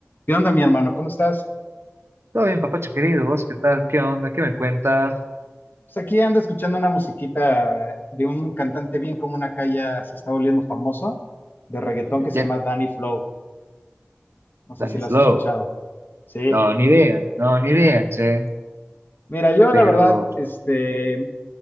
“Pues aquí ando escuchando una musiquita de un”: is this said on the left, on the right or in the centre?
Left